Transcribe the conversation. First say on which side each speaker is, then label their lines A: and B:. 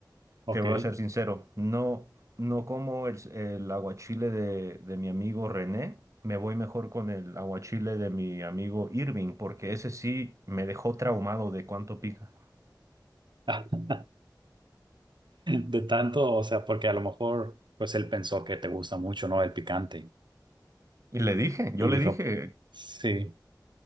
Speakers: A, on the right; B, on the right.
A: ok.
B: Te voy a ser sincero, no, no como el, el aguachile de, de mi amigo René, me voy mejor con el aguachile de mi amigo Irving, porque ese sí me dejó traumado de cuánto pica.
A: <laughs> De tanto, o sea, porque a lo mejor, pues él pensó que te gusta mucho, ¿no? El picante.
B: Y le dije, yo
A: Y
B: le
A: dijo,
B: dije,
A: sí.